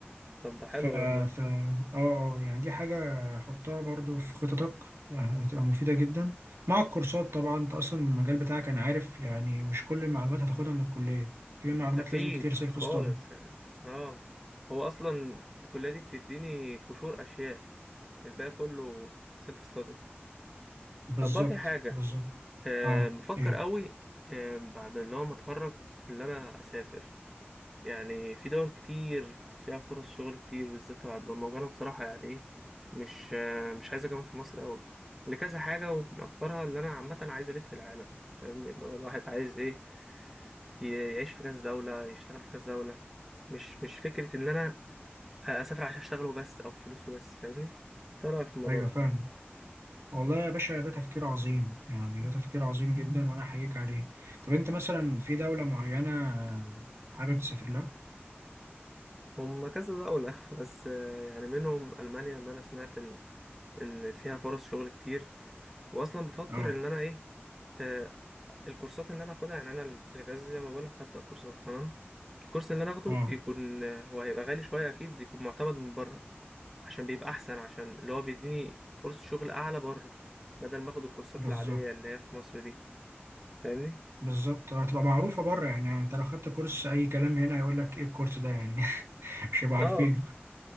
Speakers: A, in the centre; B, on the right (about 75°).
A: طب ده حلو
B: ف
A: والله
B: ف اه اه يعني دي حاجة حطها برضو في خططك آه، هتبقى مفيدة جدا مع الكورسات طبعا انت اصلا المجال بتاعك انا عارف يعني مش كل المعلومات هتاخدها من الكلية في معلومات
A: أكيد
B: لازم كتير سيلف
A: خالص
B: ستادي
A: يعني اه هو أصلا الكلية دي بتديني قشور أشياء الباقي كله سيلف ستادي
B: بالظبط
A: طب بقى في حاجة
B: بالظبط
A: أه
B: اه
A: بفكر
B: ايه
A: قوي أه بعد اللي هو ما أتخرج اللي أنا أسافر يعني في دول كتير فيها فرص شغل كتير بالذات تبع البرمجة أنا بصراحة يعني إيه مش آه، مش عايز أكمل في مصر أوي لكذا حاجة ومن أكترها اللي أنا عامة عايز ألف العالم فاهمني اللي هو الواحد عايز إيه ي- يعيش في كذا دولة يشتغل في كذا دولة مش مش فكرة إن أنا أسافر عشان أشتغل وبس أو فلوس وبس فاهمني إنت إيه رأيك في الموضوع
B: ايوه
A: ده
B: فاهم والله يا باشا ده تفكير عظيم يعني ده تفكير عظيم جدا وانا احييك عليه طب انت مثلا في دولة معينة حابب تسافر لها
A: هم كذا دولة <laughs> بس آه، يعني منهم ألمانيا اللي أنا سمعت إن إن فيها فرص شغل كتير وأصلا بفكر
B: اه
A: إن أنا إيه آه، الكورسات اللي انا هاخدها يعني انا الاجازه زي ما بقولك هبدا كورسات تمام الكورس اللي انا هاخده
B: اه
A: يكون هو هيبقى غالي شويه اكيد يكون معتمد من بره عشان بيبقى احسن عشان اللي هو بيديني فرصه شغل اعلى بره بدل ما اخد الكورسات
B: بالظبط
A: العاديه اللي هي في مصر دي فاهمني
B: بالظبط آه، هتبقى معروفة بره يعني انت لو خدت كورس أي كلام هنا هيقول لك ايه الكورس ده يعني <laughs> مش هيبقى
A: اه
B: عارفينه